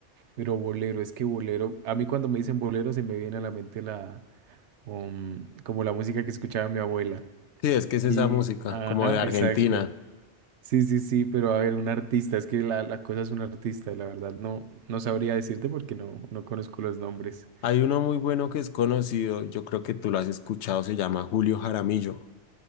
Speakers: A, on the right; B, on the left.
A: pero bolero, es que bolero, a mí cuando me dicen bolero se me viene a la mente la, um, como la música que escuchaba mi abuela.
B: Sí, es que es esa
A: Y,
B: música,
A: ajá,
B: como de Argentina.
A: exacto. Sí, sí, sí, pero a ver, un artista, es que la, la cosa es un artista, la verdad, no, no sabría decirte porque no, no conozco los nombres.
B: Hay uno muy bueno que es conocido, yo creo que tú lo has escuchado, se llama Julio Jaramillo.